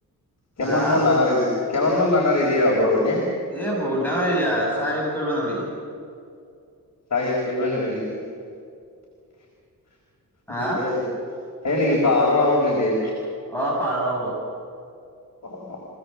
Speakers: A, on the left; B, in the centre.
A: কিমানমান
B: হা
A: ডাঙৰ এই? কিমান মান ডাঙৰ এৰিয়া? হ'ব হয়নে
B: এ বহুত ডাঙৰ এৰিয়া চাই শেষ কৰিব নোৱাৰি।
A: চাই শেষ কৰিব নোৱাৰি নেকি। <unintelligible>
B: হা
A: সেই নেকি পাৰ আৱত নকি।
B: পাহাৰৰ আৰত।
A: অ অ।